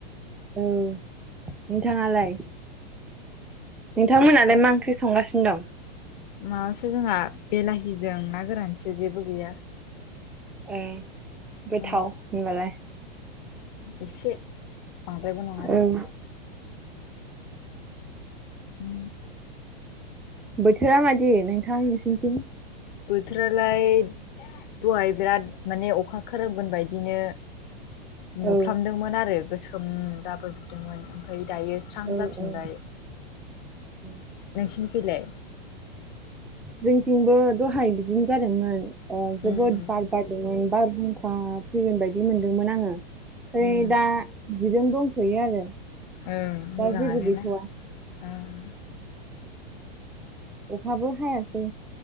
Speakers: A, in the centre; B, on the left.
A: औ नोंथाङालाय? नोंथांमोनालाय
B: हो
A: मा ओंख्रि संगासिनो दं।
B: माबासो जोंहा बेलाहिजों ना गोरानसो जेबो गैया‌।
A: ओं गोथाव
B: औ
A: होनबालाय
B: एसे बांद्रायबो नङा।
A: औ।
B: ओ।
A: बोथोरा मादि नोंथां नोंसोरनिथिं
B: बोथोरालाय दहाय बिराद माने अखा खोरोमगोन बादिनो
A: औ
B: नुफ्लामदोंमोन आरो गोसोम जाबोजोबदोंमोन ओमफ्राय दायो स्रां
A: औ
B: जाफिनबाय
A: औ औ
B: नोंसिनिखैलाय?
A: जोंथिंबो दहाय बिदिनो जादोंमोन जोबोद
B: उम
A: बार बारदोंमोन बारहुमखा फैगोन बायदि मोनदोंमोन आङो इ
B: उम
A: दा बिजों दंथ'यो आरो
B: ओं मोजाङानो
A: दा जेबो गैथ'वा।
B: ना ओं
A: अखाबो हायासै